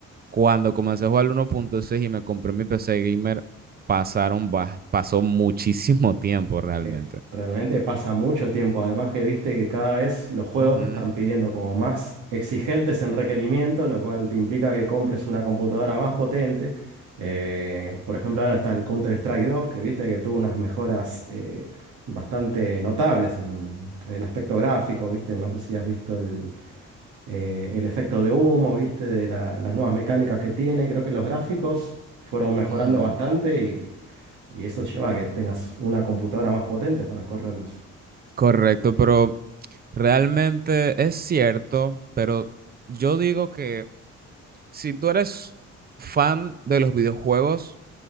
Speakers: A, on the right; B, on the right.
A: cuando comencé a jugar el uno punto seis y me compré mi PC gamer, pasaron, bas- pasó muchísimo tiempo realmente.
B: Eh, realmente pasa mucho tiempo. Además que viste que cada vez los juegos
A: Ujú,
B: te están pidiendo como más exigentes en requerimiento, lo cual te implica que compres una computadora más potente. Eh, por ejemplo, ahora está el Counter-Strike dos que viste que tuvo unas mejoras eh, bastante notables en, en el aspecto gráfico, viste. No sé si has visto el, eh, el efecto de humo, viste, de la- las nuevas mecánicas que tiene. Creo que los gráficos fueron mejorando
A: ujú.
B: bastante Y eso lleva a que tengas una computadora más potente para correrlos.
A: Correcto, pero realmente es cierto, pero yo digo que si tú eres fan de los videojuegos,